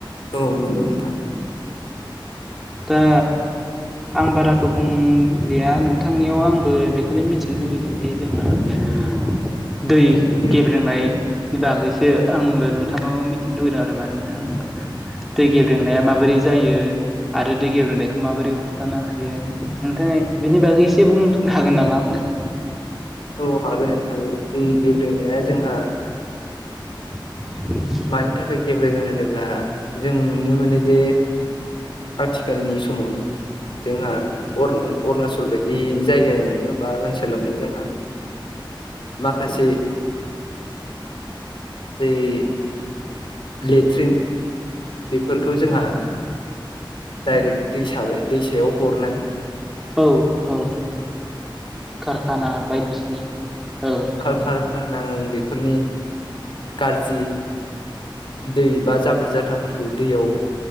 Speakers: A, on the left; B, in the centre.
A: औ नंगौ नोंथां।
B: दा आं बाराखौ बुंलिया नोंथांनियाव आंबो बेखौनो मिथिनो लुुबैदों। बे जोंहा दै
A: औ औ
B: गेब्रेंनाय नि बागैसो आंबो नोंथांनाव मिथिनो लुबैदों आरो मानोना होमबा दै गेब्रेंनाया माबोरै जायो आरो दै गेब्रेंनाय माबोरै हमथानो हायो नोंथाङा बिनि बागै एसे बुंनो हागोन नामा आंनो?
A: औ हागोन नोंथां दै गेब्रेंनाया जोंहा
B: <inaudible>
A: मानि थाखाय गेब्रेङो होनोब्ला जों नुनो मोनो जे आथिखालनि समाव जोंहा अर अरुणचल बायदि जायगायावनो बा ओनसोलावनो जोंहा माखासे <inaudible> लेट्रिन बेफोरखौ जोंहा डाइरेक्ट दैसा दैसायाव हरनाय।
B: औ औ कारखाना बायदिसिना ओं
A: खारखाना ओं बेफोरनि गारजि दै बा जाबोर जाथाफोरखौ दैयाव